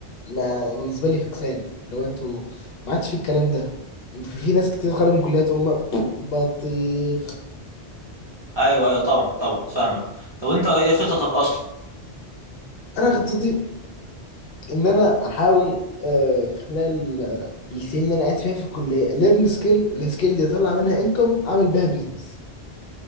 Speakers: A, on the left; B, on the right.
A: ما... بالنسبه لي فكسان لو انتوا ما عادش في الكلام ده في في ناس كتير خارج من كليات هم <sniffs> بطيخ
B: ايوه ايوه طبعا طبعا فاهمك طب انت ايه خططك اصلا
A: انا خطتي ان انا احاول آه، في خلال آه، السنين اللي انا قاعد فيها في الكليه ليرن سكيل السكيل دي اطلع منها انكم اعمل بيها بيزنس